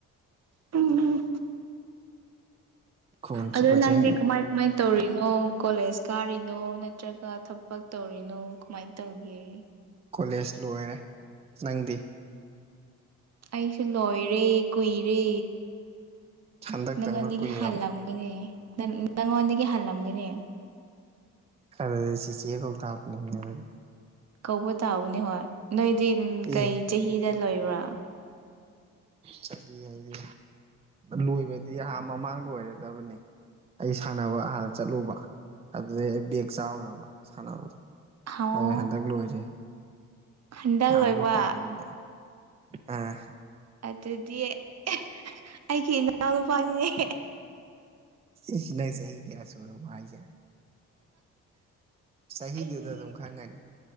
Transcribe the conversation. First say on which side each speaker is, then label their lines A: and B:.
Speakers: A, on the right (about 45°); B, on the right (about 20°).
A: ꯎꯝ
B: ꯈꯣꯟꯁꯨ
A: ꯑꯗꯨꯗ
B: ꯐꯖꯩ
A: ꯅꯪꯗꯤ ꯀꯃꯥꯏ ꯀꯃꯥꯏ ꯇꯧꯔꯤꯅꯣ ꯀꯣꯂꯦꯖ ꯀꯥꯔꯤꯅꯣ ꯅꯠꯇ꯭ꯔꯒ ꯊꯕꯛ ꯇꯧꯔꯤꯅꯣ ꯀꯃꯥꯏꯅ ꯇꯧꯒꯦ
B: ꯀꯣꯂꯦꯖ ꯂꯣꯏꯔꯦ ꯅꯪꯗꯤ
A: ꯑꯩꯁꯨ ꯂꯣꯏꯔꯦ ꯀꯨꯏꯔꯦ
B: ꯍꯟꯗꯛꯇꯪꯅ
A: ꯅꯪꯉꯣꯟꯗꯒꯤ
B: ꯀꯨꯏꯔꯕ
A: ꯍꯜꯂꯝ ꯅꯦ ꯅꯪ ꯅꯪ ꯑꯣꯗꯗꯒꯤ ꯍꯜꯂꯒꯅꯦ
B: ꯑꯗꯨꯗꯤ ꯆꯤꯆꯦ ꯀꯧꯇꯥꯝꯅꯤꯅꯦ ꯑꯗꯨꯗꯤ
A: ꯀꯧꯕ ꯇꯥꯕꯅꯤ ꯍꯣꯏ ꯅꯣꯏꯗꯤ
B: ꯑꯦ
A: ꯀꯩ ꯆꯍꯤꯗ ꯂꯣꯏꯕ꯭ꯔꯥ
B: ꯆꯍꯤ ꯍꯥꯏꯗꯤ ꯂꯣꯏꯕꯗꯤ ꯑꯍꯥꯟ ꯃꯃꯥꯡ ꯂꯣꯏꯔꯗꯕꯅꯤ ꯑꯩ ꯁꯥꯟꯅꯕ ꯍꯥꯟꯅ ꯆꯠꯂꯨꯕ ꯑꯗꯨꯗꯩ ꯑꯩ ꯕꯦꯒ ꯆꯥꯎꯔꯕ ꯁꯥꯟꯅꯕꯗꯣ
A: ꯑꯣ
B: ꯑꯗꯨ ꯍꯟꯗꯛ ꯂꯣꯏꯁꯦ
A: ꯍꯟꯗꯛ
B: ꯑ
A: ꯂꯣꯏꯕ
B: ꯃꯄꯥꯟꯜꯂꯝꯗ ꯑꯥ
A: ꯑꯗꯨꯗꯤ ꯑꯩꯒꯤ ꯏꯅꯥꯎ ꯅꯨꯄꯥꯅꯤꯅꯦ
B: ꯏꯁ ꯅꯩ ꯆꯍꯤ ꯀꯌꯥ ꯁꯨꯔꯕ ꯍꯥꯏ ꯌꯥ ꯆꯍꯤꯗꯨꯗ
A: ꯑꯩꯗꯤ
B: ꯑꯗꯨꯝ ꯈꯪꯉꯅꯤ